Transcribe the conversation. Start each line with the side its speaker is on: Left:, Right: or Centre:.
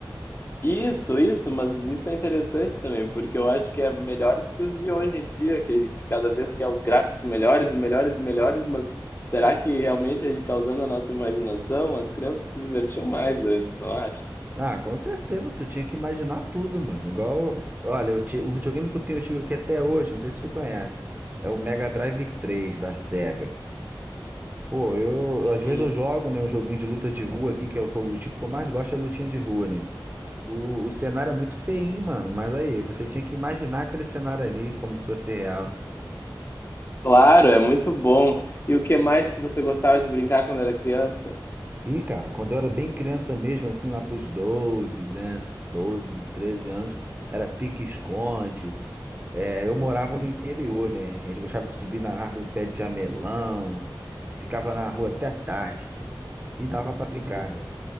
Left: Isso, isso, mas isso é interessante também, porque eu acho que é melhor do que os de hoje em dia, que a gente cada vez quer os gráficos melhores e melhores e melhores, mas será que realmente a gente está usando a nossa imaginação? As crianças se divertiam mais antes, não acha?
Right: Ah, com certeza, tu tinha que imaginar tudo, mano. Igual, olha, eu ti- o videogame que eu tenho eu aqui até hoje, não sei se tu conhece, é o Mega Drive 3 da Sega. Pô, eu,
Left: Hum.
Right: às vezes eu jogo, né, um joguinho de luta de rua aqui, que é o, que eu- o tipo que eu mais gosto é lutinha de rua, né? O, o cenário é muito feinho, mano. Mas aí, você tinha que imaginar aquele cenário ali como se fosse real.
Left: Claro, é muito bom. E o que mais que você gostava de brincar quando era criança?
Right: E, cara, quando eu era bem criança mesmo, assim, lá pros 12 né? doze treze anos, era pique-esconde. É, eu morava no interior, né? A gente gostava de subir na árvore do pé de jamelão. Ficava na rua até tarde. E dava pra ficar,
Left: Sim,
Right: né?